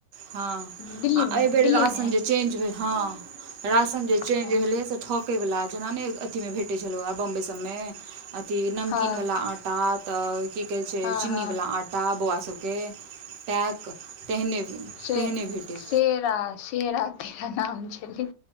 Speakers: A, on the right; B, on the left.
A: हँ
B: दिल्लीमे
A: आ आइबेर
B: दिल्लीमे
A: राशन जे चेंज होय हँ राशन जे चेंज
B: हँ
A: भेलैए से ठोकयवला जेना नहि अथिमे भेटै छलहुँए बम्बइ सबमे अथी नमकीनवला
B: हँ
A: आँटा तऽ क कहै छै
B: हँ
A: चीनीवला
B: हँ
A: आँटा बौआ सबके पैक तेहने
B: शे
A: तेहने भेटै
B: शेरा शेरा तेरा नाम छलै